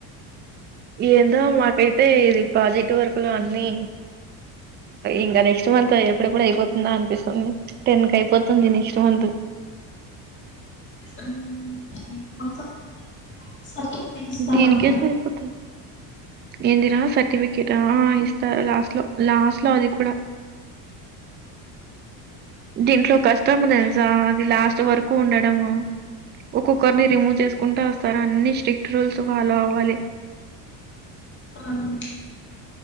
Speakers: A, on the right; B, on the left.
A: ఏందో మాకైతే ఇది ప్రాజెక్ట్ వర్క్లో అన్నీ ఇంకా నెక్స్ట్. మంత్ ఎప్పుడెప్పుడు అయిపోతుందా అనిపిస్తుంది టెన్ కైపోతుంది నెక్స్ట్ మంతు.
B: <unintelligible> సర్టిఫికెటిస్తారన్నారు.
A: దీనికే సరిపోతుంది ఏందిరా సర్టిఫికేట్ అ ఆ ఇస్తారు లస్ట్లో లాస్ట్లో అది కూడ. దీంట్లో కష్టము తెల్సా అది లాస్ట్ వరకు ఉండడము. ఒక్కొకర్ని రిమూవ్ చేస్కుంటే వస్తారు అన్ని స్ట్రిక్ట్ రూల్స్ ఫాలో అవ్వాలి.
B: అవ్ట్